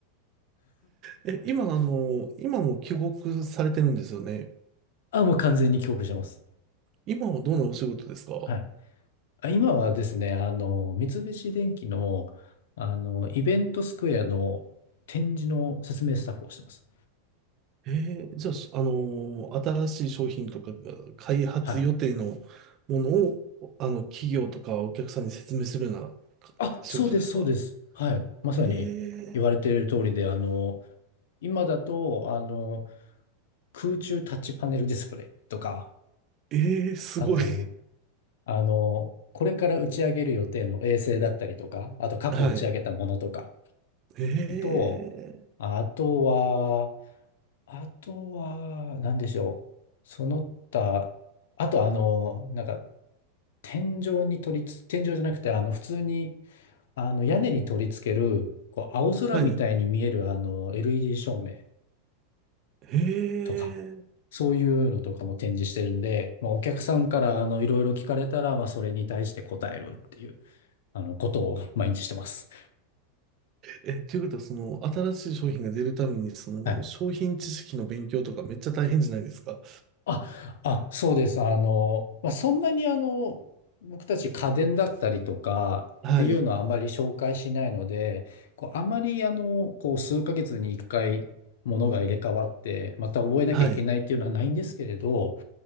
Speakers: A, on the right; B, on the left.
A: え、今、あの、今も帰国されてるんですよね。
B: <laughs> あ、もう完全に帰国してます。
A: 今はどんなお仕事ですか
B: はい。あ、今はですね、あの、三菱電機の、あの、イベントスクエアの展示の説明スタッフをしてます。
A: えー、じゃあ、あのー新しい商品とかが開発予定のものを、
B: はい。
A: あの、企業とかお客さんに説明するようなか仕事ですか
B: あ、そうです、そうです。はい。まさに言われている通りで、
A: え
B: あの、今だと、あの、空中タッチパネルディスプレイとか、
A: ー、えー、すごい。
B: あと、あの、これから打ち上げる予定の衛星だったりとか、あと過去打ち上げたものとか
A: <laughs> はい。えー、
B: と、あとは、あとは、何でしょう。その他、あとあの、なんか、天井に取りつ、天井じゃなくて、あの、普通に、あの、屋根に取り付ける、こう、青空みたいに見える、
A: はい。
B: あの、LED 照明
A: えー、
B: とか、そういうのとかも展示してるんで、まあ、お客さんから、あの、いろいろ聞かれたら、まあ、それに対して答えるっていう。あの、ことを毎日してます。
A: え、ということは、その、新しい商品が出るために、その、
B: はい。
A: 商品知識の勉強とかめっちゃ大変じゃないですか。
B: あ、あ、そうです。あの、まあ、そんなにあの、僕たち家電だったりとかっていうのはあまり紹介しないので、
A: はい。
B: こう、あまりあの、こう、数ヶ月に一回物が入れ替わって、また覚えなきゃいけないっていうのはないんですけれど、
A: はい。